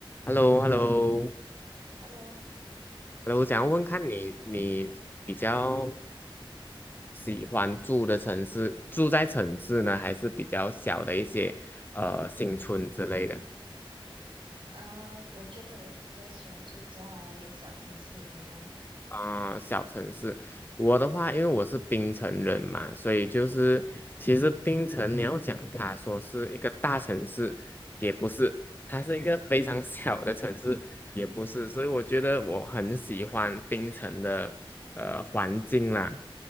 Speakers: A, on the left (about 20°); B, on the right (about 60°).
A: h e l l o h e l l o h
B: Hello，
A: e l
B: 你好。
A: l o 我想要问看你，你比较喜欢住的城市，住在城市呢，还是比较小的一些呃新村之类的？
B: 呃，我觉得我比较喜欢住在小城市，你呢？
A: 啊、小城市，我的话，因为我是槟城人嘛，所以就是其实槟城你要讲它说是一个大城市，也不是，它是一个非常 <laughs> 小的城市，也不是，所以我觉得我很喜欢槟城的呃环境啦，